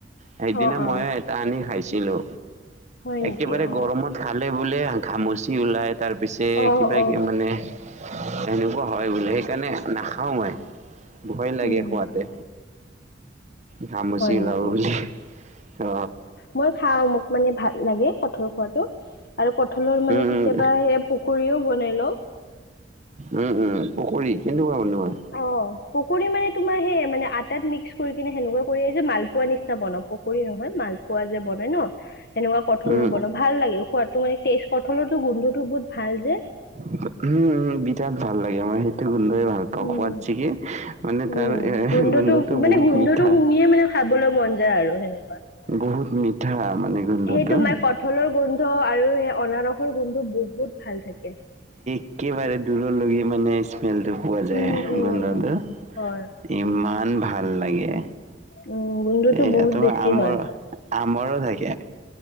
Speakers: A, on the right; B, on the left.
A: সেইদিনা
B: অ অ
A: ময়ো এটা আনি খাইছিলো
B: হয় নেকি
A: একেবাৰে
B: অ
A: গৰমত খালে বোলে ঘামচি ওলায় তাৰপিছে
B: অ অ
A: কিবা
B: অ
A: কিবি মানে সেনেকুৱা হয় বোলে সেইকাৰণে নাখাও মই ভয় লাগে
B: উম
A: খোৱাতে ঘামুচি
B: হয়
A: ওলাব
B: নেকি
A: বুলি অ
B: মই খাওঁ মোক মানে ভাল লাগে কঠাল খোৱাতটো আৰু কঠালৰ মানে
A: উম
B: কেতিয়াবা
A: উম
B: এই পোকৰীও বনাই লও
A: উম উম পকৰী কেনেকুৱা বনোৱা?
B: অ', পকৰী মানে তোমাৰ সেই মানে আটাত মিক্স কৰি কিনে সেনেকুৱা কৰি যে মালপোৱাৰ নিচিনা বনাওঁ। পকৰি নহয় মালপোৱা যে বনাই ন। সেনেকুৱা কঁঠলৰ
A: উম,
B: বৰ ভাল লাগে সোৱাদাটো মানে কঁঠলটো গোন্ধটো বহুত ভাল যে।
A: উম, উম, বিৰাট ভাল লাগে আমাৰ সেইটো গোন্ধয়ে ভাল। সোৱাদ
B: উম
A: চিগে মানে
B: উম
A: তাৰ এ গোন্ধটো
B: মানে
A: বহুত
B: গোন্ধটো
A: মিঠা।
B: শুঙিয়ে মানে খাবলৈ মন যায় আৰু সেনেকুৱা।
A: বহুত মিঠা মানে গোন্ধটো
B: সেই তোমাৰ কঁঠলৰ গোন্ধ আৰু সেই অনাৰসৰ গোন্ধ বহুত ভাল থাকে।
A: একেবাৰে দূৰৰ লৈয়ে মানে স্মেলটো পোৱা যায়
B: উম উম
A: গোন্ধটো
B: উম হয়
A: ইমান ভাল লাগে।
B: উম গোন্ধটো
A: এয়া
B: বহুত
A: তোমাৰ
B: বেছি
A: আমৰ
B: হয়
A: আমৰো থাকে।